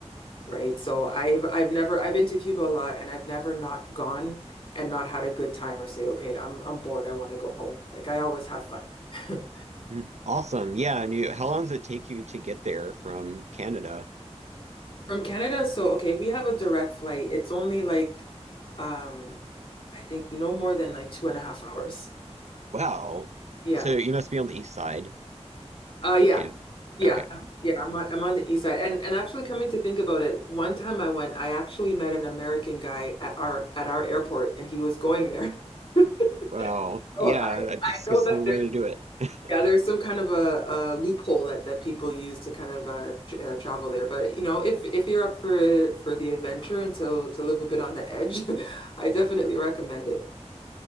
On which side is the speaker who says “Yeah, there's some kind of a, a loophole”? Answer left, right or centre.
Left